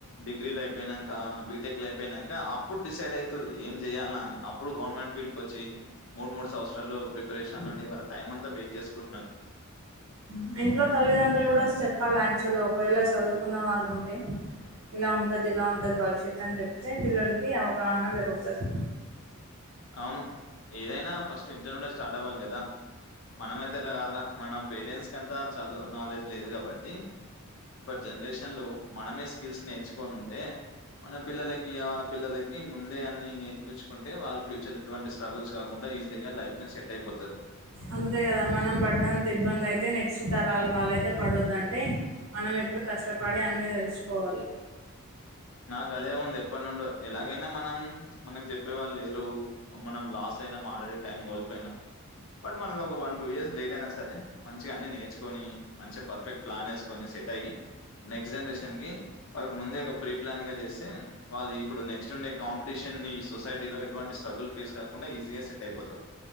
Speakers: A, on the left; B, on the right.
A: డిగ్రీలయిపోయినంక బీటెక్ల్ అయిపోయినంక అప్పుడు డిసైడ్ అయితుర్రి ఏం జేయాల్నా అని అప్ అప్పుడు గవర్నమెంట్ ఫీల్డ్ కొచ్చి మూడు మూడు సంవత్సరాలు ప్రిపరేషనుండి వాళ్ళ టైం అంతా వేస్ట్ జేసుకుంటున్నరు
B: మ్మ్ ఇంట్లో తల్లిదండ్రులు గూడా చెప్పాల ఆక్చువల్గ ఒకవేళ చదువుకున్న వాళ్ళుంటే ఇలా ఉంటది ఇలా ఉంటది భవిష్యత్ అని జెప్తే పిల్లలకి అవగాహన పెరుగుతది.
A: అవును ఏదైనా ఫస్ట్ ఇంట్లో నుండే స్టార్ట్ అవ్వాలి గదా మనమయితే ఇట్లా కాద్రా మన పేరెంట్స్ కంతా చదువ్ నాలెడ్జ్ లేదు కాబట్టి ఇప్పటి జనరేషన్ లో మనమే స్కిల్స్ నేర్చుకోనుంటే మన పిల్లలకి ఆ పిల్లలకి ముందే అన్ని నేర్పిచ్చుకుంటే వాళ్ళ ఫ్యూ చర్ లో ఎటువంటి స్ట్రగుల్స్ కాకుండా ఈజీగా లైఫ్ నే సెట్ అయిపోతరు.
B: అంతే కదా మనం పడ్డంత ఇబ్బందయితే నెక్స్ట్ తరాల వాళ్ళయితే పడోద్దంటే మనమేప్పుడు కష్టపడి అన్ని తెలుసుకోవాలి.
A: నాకదే ఉంది ఎప్పటి నుండో ఎలాగైనా మనం మనకి చెప్పేవాళ్ళు లేరు. మనం లాస్ అయినాం ఆల్రెడీ టైం కోల్పోయ్నాం. బట్ మనది ఒక వన్ టూ ఇయర్స్ లేట్ అయినా సరే మంచిగా అన్ని నేర్చుకొని మంచి పర్ఫెక్ట్ ప్లానేసు కొని సెట్ అయ్యి నెక్స్ట్ జనరేషన్ కి వాళ్ళకి ముందే ఒక ప్రీప్లాన్ గా చేస్తే వాళ్ళు ఇప్పుడు నెక్స్ట్ వుండే కాంపిటీషన్ని ఈ సొసైటీలో ఎటువంటి స్ట్రగుల్ ఫేస్ కాకుండా ఈజీగా సెట్ అయిపోతరు.